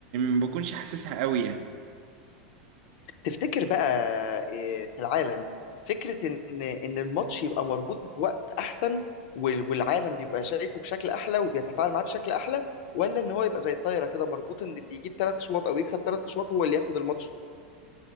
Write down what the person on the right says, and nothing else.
ما بكونش حاسسها قوي يعني